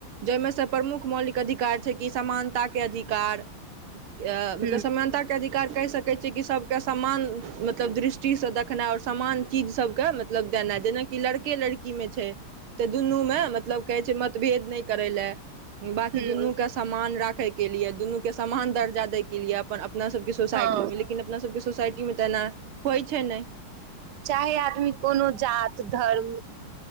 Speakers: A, on the right; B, on the right.
A: जाहिमे स प्रमुख मौलिक अधिकार छै कि समानता के अधिकार अ मतलब
B: हूँ
A: समानता के अधिकार कहि सकै छियै कि सबके समान मतलब दृष्टि स देखनाइ और समान चीज सबके मतलब देनाइ जेनाकि कि लड़के लड़की में छै तऽ दुनू मे मतलब कहै छै मतभेद नहि करय लए बाँकी
B: हूँ
A: दुनूकेँ समान राखयके लिए दुनूके समान दर्जा दैके लिए अपन अपनासभके सोसाइटीमे
B: हँ
A: लेकिन अपनासभके सोसाइटीमे तऽना होइ छै नहि
B: चाहे आदमी कोनो जात, धर्म,